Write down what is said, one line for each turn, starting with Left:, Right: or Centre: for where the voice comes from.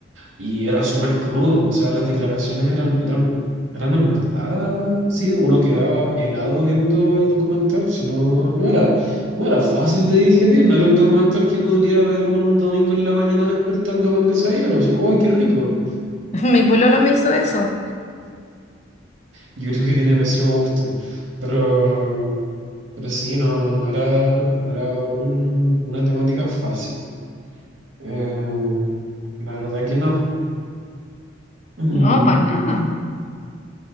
Right: Y era súper crudo, o sea, las declaraciones eran, eran, eran en verdad, sí, uno quedaba helado viendo el documental, si no, no era, no era fácil de digerir, no era un documental que podría ver uno un domingo en la mañana despertando con desayuno, así, ¡ay, qué rico!
Left: <laughs> Mi pololo me hizo eso.
Right: Yo creo que tiene pésimo gusto, pero, pero sí, no, no era, no era un- una temática fácil. Eh, la verdad que no. Mm,
Left: No, para nada,